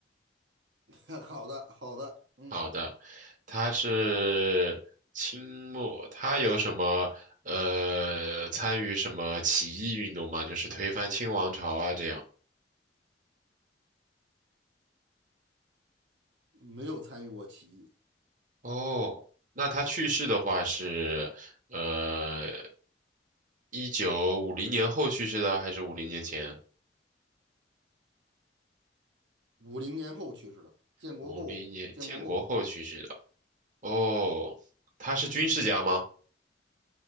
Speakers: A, on the right; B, on the right.
A: <laughs> 好的好的，嗯
B: 好的，他是清末，
A: 嗯，
B: 他有什么呃参与什么起义运动吗？就是推翻清王朝啊这样。
A: 没有参与过起义，
B: 哦，那他去世的话是，呃，一九五零年后去世的，还是五零年前？
A: 五零年后去世的，建国后建国后，
B: 五零年建国后去世的。哦，
A: 对，
B: 他是军事家吗？